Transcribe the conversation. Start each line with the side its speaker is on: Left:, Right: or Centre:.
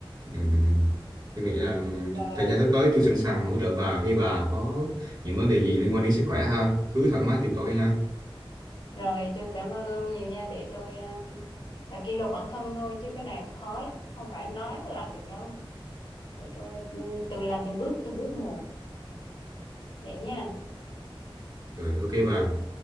Right: Ừ. Tôi nghĩ là
Left: Rồi,
Right: thời gian sắp tới tôi sẵn sàng hỗ trợ bà khi bà có những vấn đề gì liên quan đến sức khỏe ha. Cứ thoải mái tìm tôi nha.
Left: rồi tôi cảm ơn ông nhiều nha để tôi ờ, phải kỷ luật bản thân thôi chứ cái này cũng khó lắm, không phải nói là làm được đâu. Để tôi ừ, từng làm từng bước từng bước một vậy nha.
Right: Rồi ok bà.